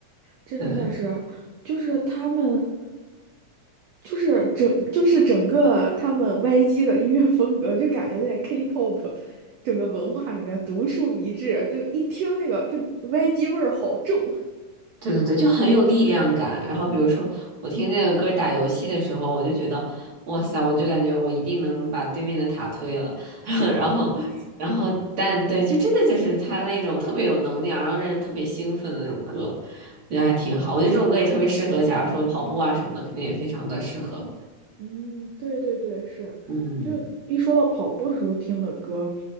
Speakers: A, on the right; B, on the right.
A: 真的是，
B: 对。
A: 就是他们，就是整，就是整个他们 YG 的音乐风格，就感觉在 K-pop 整个文化里面独树一帜，就一听那个，就 YG 味儿好重。
B: 对对对，就很有力量感。然后比如说，我听这个歌打游戏的时候，我就觉得，哇塞，我就感觉我一定能把对面的塔推了。<laughs> 然后，然后，但对，就真的就是他那种特别有能量，然后让人特别兴奋的那种歌，我觉得还挺好。我觉得这种歌也特别适合，假如说跑步啊什么的，肯定也非常的适合。
A: 嗯，对对对，是，
B: 嗯，
A: 就一说到跑步的时候听的歌，